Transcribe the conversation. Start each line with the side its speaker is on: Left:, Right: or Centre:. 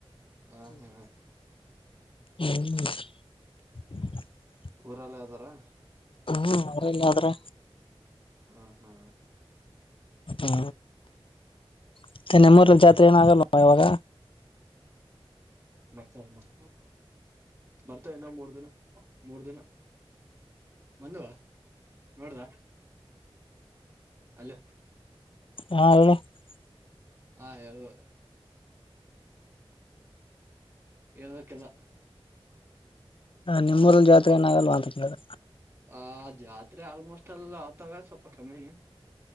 Right: ಹ, ಹಾ,,
Left: ಹ್ಮ್ <unintelligible>
Right: ಊರಲ್ಲೇ ಅದರಾ
Left: ಹ್ಮ್, ಊರಲ್ಲಿ ಆವರೆ
Right: ಹಾ, ಹಾ,,
Left: ಹ್ಮ, ಮತ್ತೆ ನಿಮ್ಮ ಊರಲ್ಲಿ ಜಾತ್ರೆ ಏನ ಆಗಲ್ಲ. ಹಬ್ಬ ಯಾವಾಗ
Right: ಮತ್ತ <unintelligible> ಬರ್ತಾ ಇನ್ನ ಮೂರ್ ದಿನ ಮೂರ್ ದಿನ ಬಂದುವ ನೋಡ್ದಾ ಅಲ್ಲೋ <inaudible>
Left: ಹಾ ಹೇಳಲೇ <unintelligible>
Right: ಹಾ, ಹೇಳು ಹೇಳಬೇಕ ಎಲ್ಲಾ
Left: ಹ ನಿಮ್ಮೂರಲ್ಲಿ ಜಾತ್ರೆ ಏನ ಆಗಲ್ವಾ. ಅಂತೇಳ-
Right: ಆ ಜಾತ್ರೆ ಆಲ್ಮೋಸ್ಟ್ ಎಲ್ಲಾ ಆತಾವ ಸ್ವಲ್ಪ ಕಮ್ಮಿನೆ.